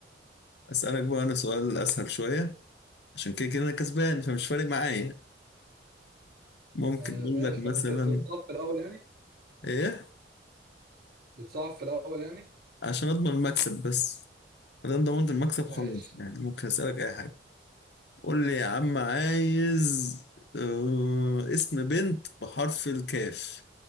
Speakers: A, on the left (about 65°); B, on the right (about 55°).
A: اسألك بقى انا سؤال اسهل شوية عشان كده كده انا كسبان فمش فارق معايا ممكن
B: آه،
A: اقول
B: ماشي
A: لك مثلا
B: خلاص انت انت بتصعب في الاول يعني
A: ايه
B: بتصعب في الأول يعني
A: عشان اضمن المكسب بس ما دام ضمنت المكسب
B: ماشي
A: خلاص يعني ممكن اسألك اي حاجة قول لي يا عم عايز آه، اسم بنت بحرف الكاف